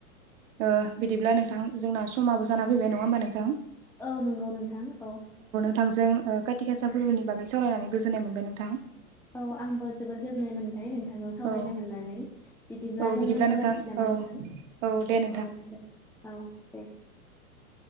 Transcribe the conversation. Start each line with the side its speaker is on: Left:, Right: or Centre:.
Right: ओ बिदिब्ला नोंथां जोंना समाबो जाना फैबाय नङा होमबा नोंथां?
Centre: औ नंगौ नोंथां औ
Right: नोंथांजों खााथि खासा फोरबोनि बागै सावरायनानै गोजोननाय मोनबाय नोंथां।
Centre: औ आंबो जबोद गोजोननाय मोनबाय नोंथां नोंथांजों सावरायनो
Right: औ
Centre: मोननानै बिदिब्ला
Right: औ
Centre: जों दोनथ'लायनोसै
Right: नोंथां
Centre: नामा
Right: औ
Centre: नोंथां
Right: औ दे नोंथां
Centre: औ दे। औ दे
Right: <inaudible>